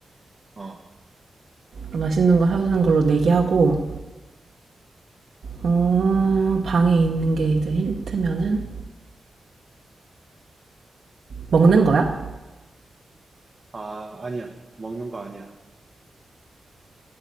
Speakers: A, on the right (about 20°); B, on the right (about 55°).
A: 어,
B: 맛있는 거 사주는 걸로 내기하고, 어, 방에 있는 게 이제 힌트면은 먹는 거야?
A: 아, 아니야. 먹는 거 아니야.